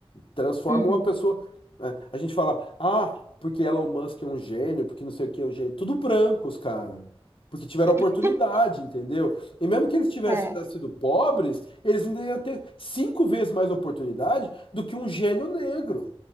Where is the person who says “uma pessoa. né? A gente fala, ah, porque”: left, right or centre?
Left